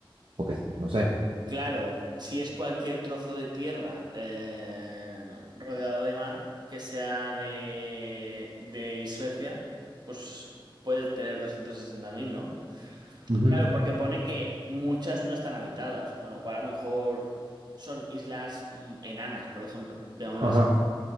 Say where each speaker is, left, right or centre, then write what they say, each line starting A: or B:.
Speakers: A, on the right; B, on the right.
A: Porque, no sé.
B: Claro, si es cualquier trozo de tierra eh, rodeado de mar, que sea de, de Suecia, pues puedes tener doscientas sesenta mil ¿no?
A: Ujú.
B: Claro, porque pone que muchas no están habitadas, con lo cual a lo mejor son islas mm, enanas, por ejemplo, digámoslo
A: Ajá.
B: así.